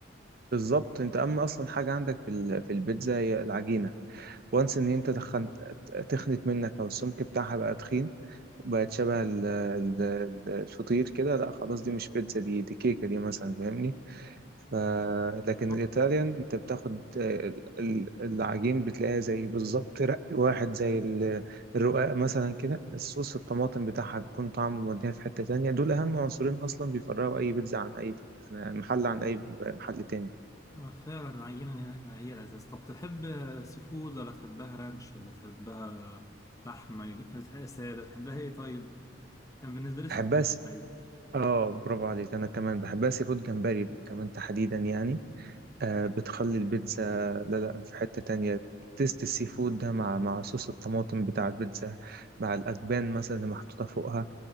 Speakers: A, on the right; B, on the left.
A: بالظبط انت اما اصلا حاجه عندك في ال... في البيتزا هي العجينه وانس ان انت تخنت تخنت منك او السمك بتاعها بقى تخين بقت شبه ال... ال... الفطير كده لا خلاص دي مش بيتزا دي دي كيكه دي مثلا فاهمني ف... لكن
B: آه،
A: الإيطاليان أنت بتاخد آه، ال- ال- العجين بتلاقيها زي بالظبط رق واحد زي ال- الرقاق مثلا كده الصوص الطماطم بتاعها بيكون طعمه موديها في حتة تانية دول أهم عنصرين أصلا بيفرقوا أي بيتزا عن أي عن محل عن أي محل تاني
B: آه، فعلا العجينة يعني هي الأساس طب تحب سي فود ولا تحبها رانش ولا تحبها لحمة سادة تحبها ايه طيب؟ كان بالنسبة لي سي
A: بحبها
B: فود
A: س-
B: الحقيقة
A: آه برافو عليك أنا كمان بحبها سي فود جمبري كمان تحديدا يعني آه بتخلي البيتزا لا لا في حتة تانية تيست السي فود ده مع مع صوص الطماطم بتاع البيتزا مع الأجبان مثلا اللي محطوطة فوقها